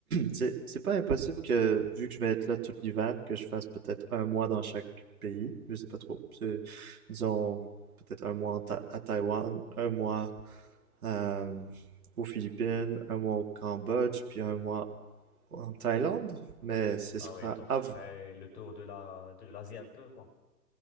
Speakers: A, on the right; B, on the left.
A: C'est c'est pas impossible que, vu que je vais être là tout l'hiver, que je fasse peut-être un mois dans chaque pays. Je sais pas trop. C'est, disons, peut-être un mois en Ta- à Taïwan, un mois euh, aux Philippines, un mois au Cambodge, puis un mois en Thaïlande. Mais ce
B: Ah
A: sera
B: oui, donc
A: à
B: tu
A: vous.
B: ferais le tour de la, de l'Asie un peu, quoi.